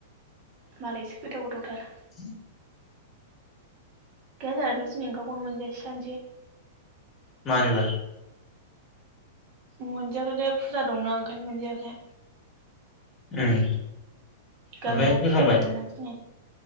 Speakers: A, on the right (about 45°); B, on the left (about 25°).
A: मालायसो गोथाव गोथावथार
B: <inaudible>
A: <unintelligible> दिनै ओंखामखौनो मोनजायासै सानसे
B: मानोबा
A: मोनजायाखैलै फुजा दंना ओंखायनो मोनजायाखै।
B: उम।
A: गामियावहाय
B: ओमफ्राय फैखांबाय
A: फुजा दंमोन ना दिनै।